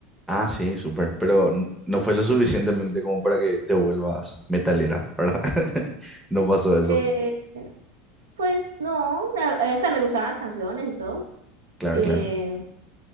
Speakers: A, in the centre; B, on the right.
A: ah, sí, súper. Pero n- no fue lo suficientemente como para que te vuelvas metalera, ¿verdad? <laughs> No pasó eso.
B: Eh, pues no, la- eh, o sea, me gustaron las canciones y todo.
A: Claro,
B: Eh,
A: claro.